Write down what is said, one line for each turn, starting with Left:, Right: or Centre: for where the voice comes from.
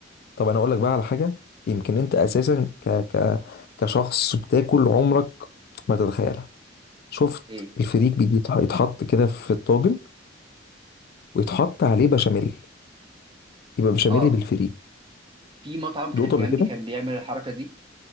Left: طب انا اقول لك بقى على حاجه يمكن انت اساسا ك ك كشخص بتاكل عمرك ما تتخيلها شفت
Right: ايه
Left: الفريك بيجي يتح- يتحط كده في الطاجن ويتحط عليه بشاميل يبقى بشاميل
Right: اه
Left: بالفريك
Right: في مطعم كان
Left: دوقته
Right: جنبي
Left: قبل كده
Right: كان بيعمل الحركه دي